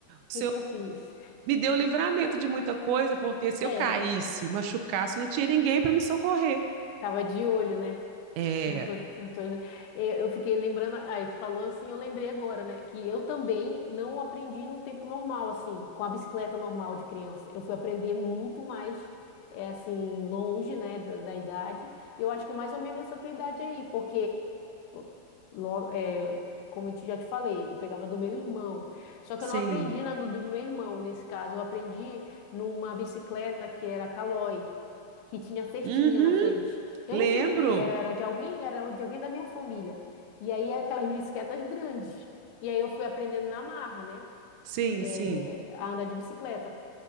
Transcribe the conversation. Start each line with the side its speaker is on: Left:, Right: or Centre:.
Right: se
Left: que que eu fiz?
Right: me deu livramento de muita coisa, porque se
Left: É,
Right: eu caísse, machucasse, não tinha ninguém para me socorrer.
Left: tava de olho, né?
Right: É,
Left: Eu tô- eu tô- é, eu fiquei lembrando, aí tu falou assim, eu lembrei agora, né, que eu também não aprendi no tempo normal, assim, com a bicicleta normal de criança. Eu fui aprender muito mais, é, assim, longe, né, da, da idade. E Eu acho que é mais ou menos essa tua idade aí, porque, logo, como eu te- já te falei, eu pegava do meu irmão. Só
Right: sim.
Left: que eu não aprendi na do, do meu irmão, nesse caso. Eu aprendi numa bicicleta que era Caloi, que tinha cestinha
Right: Uhum,
Left: na frente. Eu
Right: lembro.
Left: não sei de quem era, era de alguém, era de alguém da minha família. E aí aquelas bicicletas grandes. E aí eu fui aprendendo na marra, né?
Right: Sim,
Left: eh,
Right: sim,
Left: a andar de bicicleta.